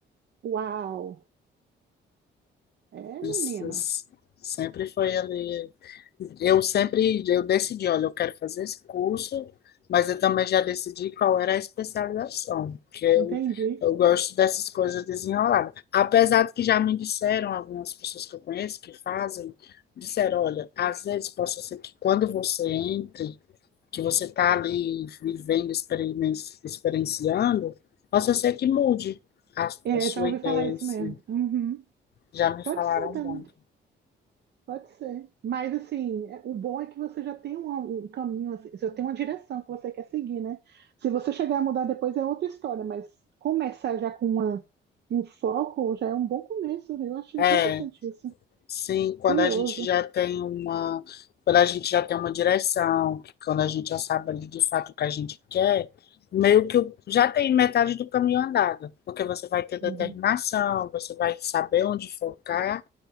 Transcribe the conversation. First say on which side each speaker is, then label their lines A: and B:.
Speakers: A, on the right; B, on the left.
A: Uau! É,
B: Essas-
A: menina.
B: Sempre foi ali. Eu sempre eu decidi, olha, eu quero fazer esse curso, mas eu também já decidi qual era a especialização, porque eu,
A: Entendi.
B: eu gosto dessas coisas desenroladas. Apesar de que já me disseram algumas pessoas que eu conheço que fazem, disseram, olha, às vezes possa ser que quando você entre, que você está ali vivendo, experimen- experienciando, possa ser que mude a,
A: É,
B: a sua
A: já ouvi
B: ideia
A: falar isso
B: em si.
A: mesmo. Uhum.
B: Já me
A: Pode
B: falaram
A: ser também,
B: muito.
A: pode ser. Mas assim, é- o bom é que você já tem um, um caminho, assim, já tem uma direção que você quer seguir, né? Se você chegar a mudar depois é outra história, mas começar já com uma, um foco já é um bom começo, né? Eu acho
B: É,
A: interessante isso.
B: Sim, quando
A: Curioso.
B: a gente já tem uma, quando a gente já tem uma direção, quando a gente já sabe ali de fato o que a gente quer, meio que o- já tem metade do caminho andado, porque você vai ter determinação,
A: Uhum.
B: você vai saber onde focar,